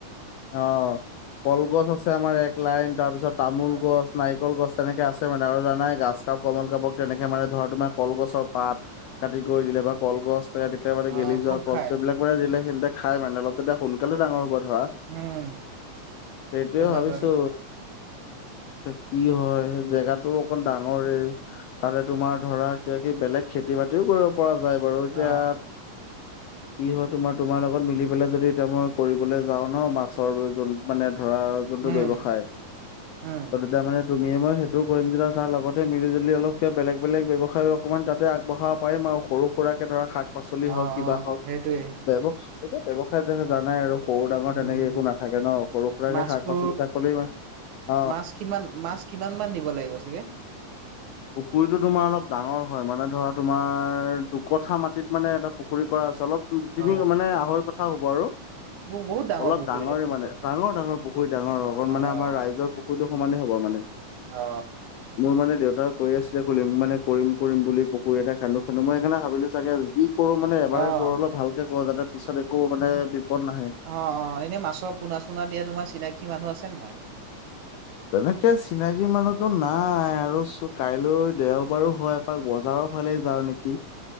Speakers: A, on the left; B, on the right.
A: অ কলগছ আছে আমাৰ এক লাইন তাৰপিছত তামোল
B: অ
A: গছ নাৰিকল গছ তেনেকে আছে মানে আৰু জানাই গাছ কাপ কমল কাপক তেনেকে মানে ধৰ তোমাৰ কলগছৰ পাত কাটি কৰি দিলে বা কলগছ ত একেবাৰে
B: অ
A: গেলি যোৱা
B: খুব
A: কল
B: খাই
A: চ এইবিলাক মানে দিলে সেহতে খাই মানে তেতিয়া অলপ সোনকালে ডাঙৰ হব ধৰা
B: উম
A: সেইটোৱে
B: সেইটো হয়
A: ভাবিছো
B: বাৰু
A: কি হয় জেগাতটো অকন ডাঙৰে তালে তোমাৰ ধৰা ক কি বেলেগ খেতি খেতি বাতিও কৰিব পৰা যায় বাৰু এতিয়া
B: অ
A: কি হয় তোমাৰ তোমাৰ লগত মিলি পেলাই যদি এতিয়া মই কৰিবলৈ যাওঁ ন মাছৰ য মানে ধৰা যোনটো
B: উম
A: ব্যৱসায়
B: উম
A: অতি মানে <unintelligible> তুমিয়ে মই সেইটো কৰিমতিা তাৰ লগতে মিলি জুলি অলপ কা বেলেগ বেলেগ ব্যৱসায় অকমান তাতে আগবঢ়াব পাৰিম সৰু সুৰাকে ধৰা শাক পাচলি
B: অ অ
A: হওক কিবা হওক
B: সেইটোৱে
A: বৱ এতি ব্যৱসায় যে জানাই আৰু সৰু ডাঙৰ
B: উম
A: তেনেকে একো নাথাকে ন সৰু সুৰাকে
B: মাছটো
A: শাক পাচলি চাকলি <unintelligible> অ
B: মাছ কিমান মাছ কিমান মান দিব লাগিব চাগে?
A: পুখুৰীটো তোমাৰ অলপ ডাঙৰ হয় মানে ধৰা তোমাৰ দুকঠা মাটিত মানে এটা পুখুৰী কৰা আছে অলপ তিনি
B: অ
A: মানে আহৰি কথা হ'ব আৰু
B: বহুত ডাঙৰ
A: অলপ
B: পুখুৰী
A: ডাঙৰে
B: দেখোন
A: মানে
B: এইটো।
A: ডাঙৰ ডাঙৰ পুখুৰী ডাঙৰ
B: অ', অ',
A: অকণ মানে আমাৰ ৰাইজ পুখুৰীটোৰ সমানে হ'ব মানে
B: অ
A: মোৰ মানে দেউতা কৈ আছিলে খুলিম মানে কৰিম কৰিম বুলি পুুৰ এটা খান্দু খান্দো মই সেইকাৰে ভাবিলো চাগে যি <unintelligible> কৰো মানে এবাৰে
B: অ',
A: কৰো অলপ ভালকে কৰো যাতে পিছত একো মানে বিপদ নাহে।
B: অ অ এনেই মাছৰ পোনা চোনা দিয়া তোমাৰ চিনাকী মানুহ আছেনে নাই <unintelligible>
A: তেনেকে চিনাকি মানুহতো নাই আৰু কাইলৈ দেওবাৰো হয় এপাক বজাৰত ফালে যাওঁ নেকি